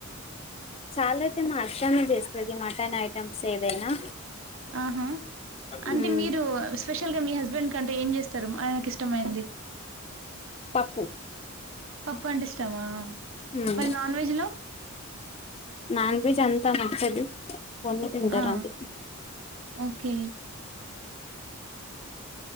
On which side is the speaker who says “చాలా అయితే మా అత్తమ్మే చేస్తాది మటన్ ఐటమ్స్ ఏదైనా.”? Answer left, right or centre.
Left